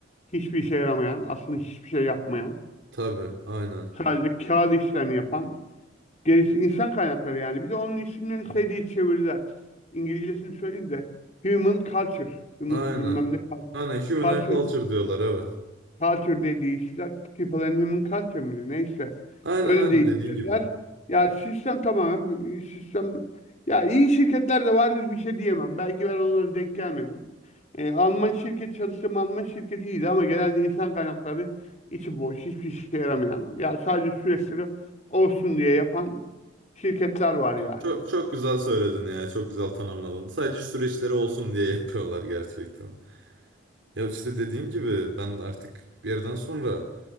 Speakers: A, on the left; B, on the right.
A: hiçbir işe yaramayan, aslında hiçbir şey yapmayan,
B: tabii aynen
A: sadece kağıt işlerini yapan gerisi insan kaynakları yani. Bir de onun isimlerini şey diye çevirdiler. İngilizcesini söyleyeyim de human culture, human
B: aynen
A: bilmem ne cul-
B: aynen human
A: culture,
B: and culture diyorlar evet.
A: Culture diye değiştiler. People and Human Culture mıydı? Neyse.
B: Aynen
A: Öyle
B: aynen
A: değiştirdiler.
B: dediğin gibi.
A: Ya sistem tamamen bir- sistem ya iyi şirketler de vardır bir şey diyemem. Belki ben onlara denk gelmedim. Ee, Alman şirket çalıştığım Alman şirketi iyiydi ama genelde insan kaynakları içi boş, hiçbir işe yaramayan. Ya sadece süreçleri olsun diye yapan şirketler var yani.
B: Çok, çok güzel söyledin ya. Çok güzel tanımladın. Sadece süreçleri olsun diye <laughs> yapıyorlar gerçekten. Ya işte dediğim gibi ben artık bir yerden sonra